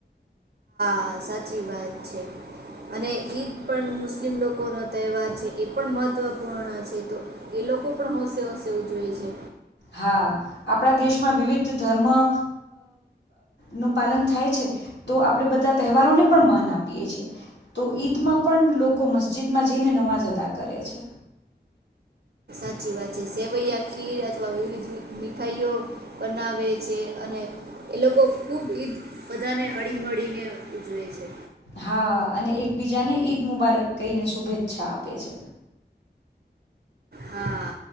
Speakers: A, on the right; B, on the left.
A: હા, સાચી વાત છે અને ઈદ પણ મુસ્લિમ લોકો નો તહેવાર છે એ પણ મહત્વપૂર્ણ છે તો એ લોકો પણ હોંશે હોંશે ઉજવે છે.
B: હા, આપણા દેશમાં વિવિધ ધર્મ અ નું પાલન થાય છે તો આપણે બધા તહેવારોને પણ માન આપીએ છેીએ તો ઈદમાં પણ લોકો મસ્જિદમાં જઈને નવાજ અદા કરે છે.
A: સાચી વાત છે. સેવૈયા, ખીર અથવા વિવિધ મીઠાઈઓ બનાવે છે અને એ લોકો ખુબ ઈદ બધાને હળી મળીને ઉજવે છે.
B: હા, અને એકબીજાને ઈદ મુબારક કહીને શુભેચ્છા આપે છે.
A: હા,